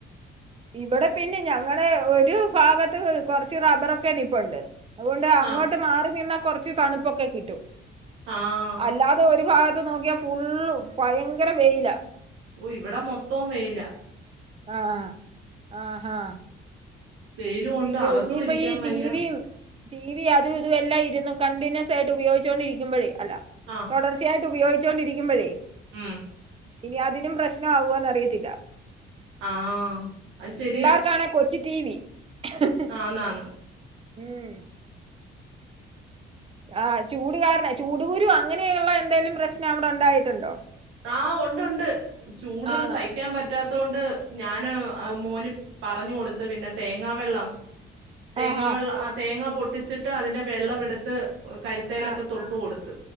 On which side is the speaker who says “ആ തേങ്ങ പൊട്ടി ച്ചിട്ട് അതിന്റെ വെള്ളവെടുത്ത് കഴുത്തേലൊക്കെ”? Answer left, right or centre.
Right